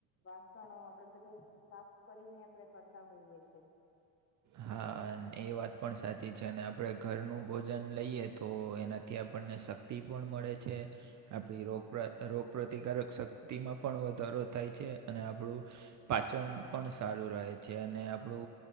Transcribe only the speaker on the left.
વાસણો આપડે બધા કરીને આપડે કરતા હોઈએ છે